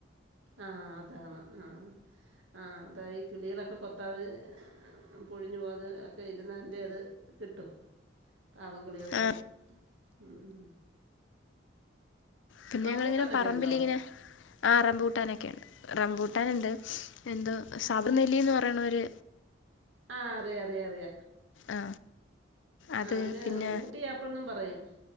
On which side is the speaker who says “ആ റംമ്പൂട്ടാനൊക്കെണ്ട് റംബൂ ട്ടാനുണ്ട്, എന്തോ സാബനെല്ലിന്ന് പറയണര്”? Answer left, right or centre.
Left